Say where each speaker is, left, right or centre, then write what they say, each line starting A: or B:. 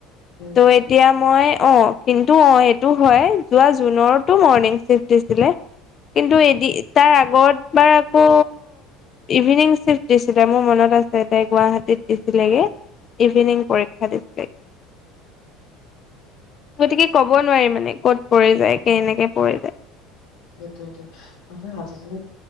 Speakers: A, on the left; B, on the left.
A: সেই-
B: ত'অ এতিয়া মই অহ কিন্তু অহ হয় যোৱা জুনৰতো মৰ্ণিং চিফট দিছিলে কিন্তু এদিন তাৰ আগত বাৰ আকৌ ইভিনিং চিফ্ট দিছিলে মোৰ মনত আছে তাই গুৱাহাটীত দিছিলেগে ইভিনিং পৰীক্ষা দিছিলেগে। গতিকে ক'ব নোৱাৰি মানে ক'ত পৰি যায় কেনেকে পৰি যায়।
A: এইটোৱেটো মানে আজিকালি